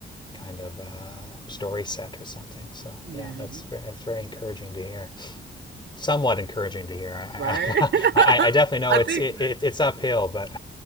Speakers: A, on the left; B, on the right.
A: kind of uh, story set or something. So
B: Yeah.
A: yeah, that's very, very encouraging to hear. somewhat encouraging to hear. I
B: Right. <laughs>
A: I, I, I definitely know
B: I think
A: it's it, it, it's uphill, but